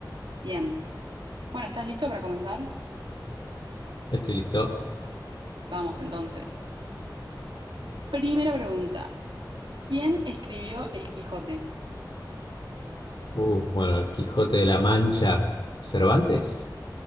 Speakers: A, on the right (about 85°); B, on the left (about 70°).
A: Bien. Bueno, ¿estás listo para comenzar?
B: Estoy listo.
A: Vamos entonces. Primera pregunta. ¿Quién escribió El Quijote?
B: Uh, bueno, el Quijote de la Mancha. ¿Cervantes?